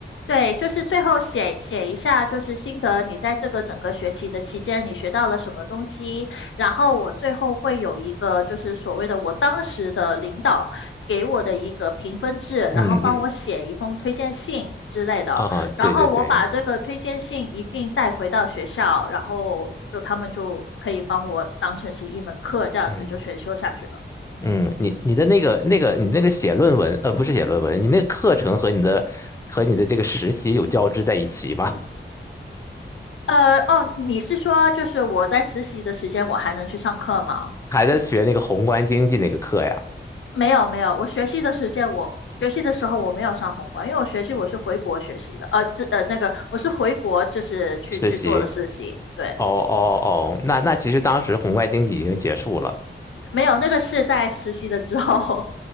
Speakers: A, on the left; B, on the left.
A: 对，就是最后写写一下，就是心得，你在这个整个学期的期间，你学到了什么东西。然后我最后会有一个，就是所谓的我当时的领导给我的一个评分制，然后帮我写一封推荐信之类的。
B: 嗯嗯啊，
A: 然后我把这个推荐信一并带回到学校，
B: 对对对，
A: 然后就他们就可以帮我当成是一门课，这样子就选修下去了。
B: 嗯嗯，你你的那个那个你那个写论文，呃，不是写论文，你那个课程和你的和你的这个实习有交织在一起吗？
A: 呃，哦，你是说就是我在实习的时间，我还能去上课吗？
B: <laughs> 还在学那个宏观经济那个课呀？
A: 没有没有，我学习的时间我学习的时候我没有上宏观，因为我学习我是回国学习的，呃，这呃那个我是回国就是去去做的实习，
B: 实习？
A: 对，
B: 哦哦哦，那那其实当时宏观经济已经结束了。
A: 没有那个是在实习的之后，